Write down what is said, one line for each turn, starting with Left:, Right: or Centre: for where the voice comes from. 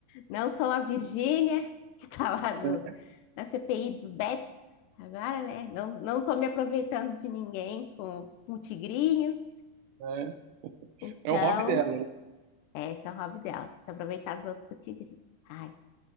Left: Não sou a Virgínia, <laughs> que está lá no,
Right: É,
Left: na CPI dos bets, agora, né? Não, não tô me aproveitando de ninguém com, com o tigrinho.
Right: é, é.
Left: Então,
Right: É o hobby dela.
Left: é, esse é o hobby dela, se aproveitar dos outros com o tigrinho. Ai.